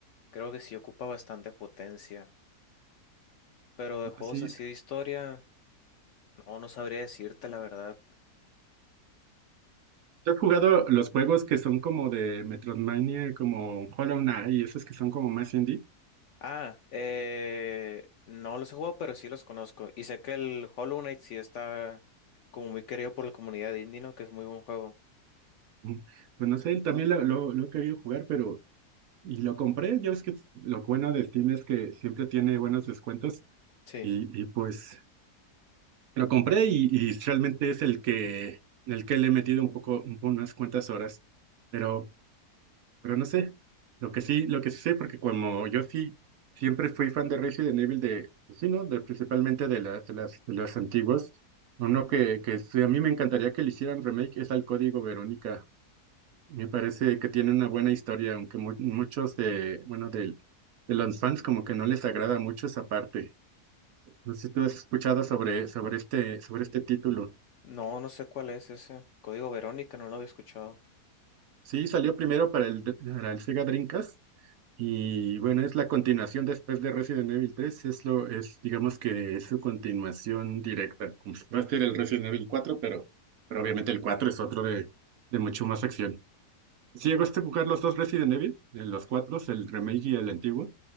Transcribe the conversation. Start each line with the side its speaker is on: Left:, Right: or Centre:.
Left: creo que sí ocupa bastante potencia. Pero de juegos
Right: Ah, Sí.
Left: así de historia, no, no sabría decirte la verdad.
Right: ¿Tú has jugado los juegos que son como de Metroidvania, como Hollow Knight y esos que son como más indie?
Left: Ah, eh, no los he jugado, pero sí los conozco. Y sé que el Hollow Knight sí está como muy querido por la comunidad indie, ¿no? Que es muy buen juego.
Right: Ujú. Pues no sé, también lo, lo, lo he querido jugar, pero... Y lo compré, ya ves que lo bueno de Steam es que siempre tiene buenos descuentos
Left: Sí.
Right: y, y pues lo compré y, y realmente es el que, el que le he metido un poco, un po- unas cuantas horas. Pero Pero no sé, lo que sí, lo que sí sé, porque como yo sí siempre fui fan de Resident Evil de, pues sí, ¿no? De principalmente de las, de las, de las antiguas. Uno
Left: Ujú.
Right: que, que sí, a mí me encantaría que le hicieran remake es al Código Verónica. Me parece que tiene una buena historia, aunque mu- muchos de, bueno, del- de, los fans como que no les agrada mucho esa parte. No sé si tú has escuchado sobre, sobre este, sobre este título.
Left: No, no sé cuál es ese. Código Verónica, no lo había escuchado.
Right: Sí, salió primero para el, para el Sega Dreamcast Y bueno, es la continuación después de Resident Evil tres es lo, es, digamos que es su continuación directa, como si fuera a ser el Resident Evil cuatro pero, pero obviamente el 4 es otro de, de mucho más acción. Si llegaste a jugar los dos Resident Evil, eh, los cuatro, el remake y el antiguo,